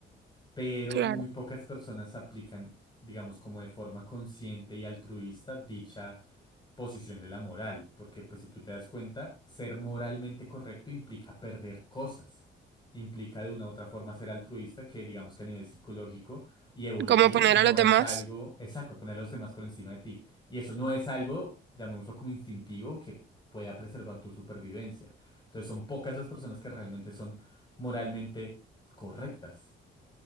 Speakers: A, on the left; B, on the right.
A: pero
B: Claro.
A: muy pocas personas aplican, digamos, como de forma consciente y altruista dicha posición de la moral, porque pues si tú te das cuenta, ser moralmente correcto implica perder cosas, implica de una u otra forma ser altruista, que digamos que a nivel psicológico y evolutivo
B: ¿Cómo poner
A: no
B: a los demás?
A: es algo, exacto, poner a los demás por encima de ti, y eso no es algo, llamémoslo como instintivo, que pueda preservar tu supervivencia. Entonces son pocas las personas que realmente son moralmente correctas.